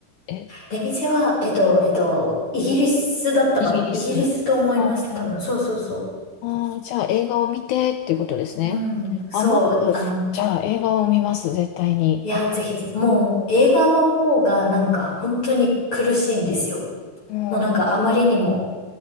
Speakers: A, on the left (about 80°); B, on the left (about 35°).
A: え、
B: 出店は、えっと、えっと、イギリスだったかなイギリスと思います、
A: イギリス。ああ、
B: 多分。そうそうそ
A: あーじゃあ映画を見てっていうことですね。
B: う。うん、そう、
A: あ、まず、
B: あの、
A: じゃあ映画を見ます、絶対に。
B: いや、ぜひぜひ、もう映画の方がなんか本当に苦しいんですよ。
A: うん。
B: もうなんかあまりにも
A: うん。